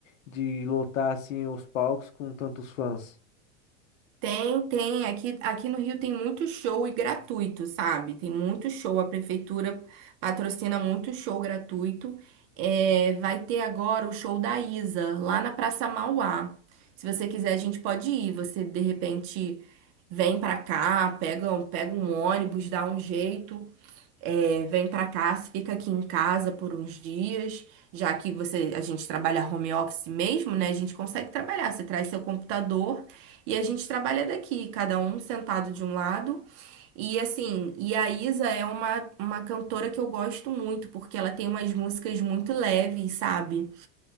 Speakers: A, on the left; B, on the right.
A: de lotar, assim, os palcos com tantos fãs?
B: Tem, tem. Aqui, aqui no Rio tem muito show e gratuito, sabe? Tem muito show. A prefeitura patrocina muito show gratuito. É, vai ter agora o show da Isa, lá na Praça Mauá. Se você quiser, a gente pode ir. Você, de repente, vem pra cá, pega, um- pega um ônibus, dá um jeito. É, vem para cá, fica aqui em casa por uns dias, já que você, a gente trabalha home office mesmo, né? A gente consegue trabalhar. Você traz seu computador e a gente trabalha daqui, cada um sentado de um lado. E assim, e a Isa é uma, uma cantora que eu gosto muito, porque ela tem umas músicas muito leves, sabe?